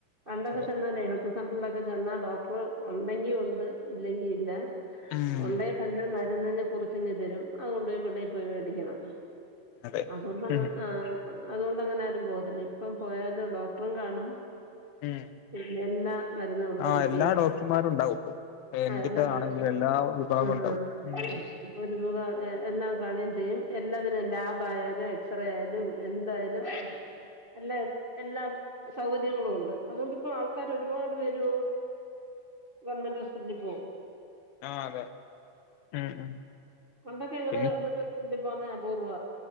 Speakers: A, on the right; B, on the left.
A: പണ്ടൊക്കെ
B: അതെ
A: ചെന്നാല സെന്ററിലെക്കെ ചെന്നാ ഡോക്ടർ ഒണ്ടെങ്കി ഒണ്ട് ഇല്ലെങ്കിൽ ഇല്ല
B: ഉം
A: ഒണ്ടേ തന്നെ മ- ചെന്ന് കഴിഞ്ഞാൽ കുറിച്ചിഞ് തരും അതുകൊണ്ട് വെളിയിൽ പോയി വെടിക്കണം
B: അതെ
A: അതൊണ്ട്
B: ഉം
A: അ- അതുകൊണ്ട് അങ്ങനെ ആരും പോകത്തില്ല ഇപ്പം പോയാല ഡോക്ടറും കാണും
B: ഉം
A: പിന്നെ എല്ലാ മരുന്ന് ഇവിടുന്ന്
B: ആ
A: കിട്ടേ
B: എല്ലാ
A: ചെയ്യും
B: ഡോക്ടർമാരും ഉണ്ടാവും ഇപ്പൊ എന്തിന്റെതാണെങ്കിലും
A: ആ എല്ലാം ദേവസും
B: എല്ലാ വിഭാഗം
A: ആഹ
B: ഉണ്ടാവും ഉം
A: ഒരുതുക എല്ലാം കാണുകയും ചെയ്യും എല്ലാത്തിനും ലാബ് ആയാലും എക്സ്റേ ആയാലും എന്തായാലും- എല്ലാ എല്ലാ സൗകര്യങ്ങളും ഉണ്ട് അതുകൊണ്ട്പ്പോ ആൾക്കാർ ഒരുപാട് പേര് ഗവൺമെന്റ് ഹോസ്പിറ്റലിൽ പോവും
B: ആ അതെ ഉം ഉം
A: പണ്ടൊക്കെ എങ്ങനെ
B: പിന്നെ
A: <unintelligible> ഇപ്പോന്ന പൂർവ്വ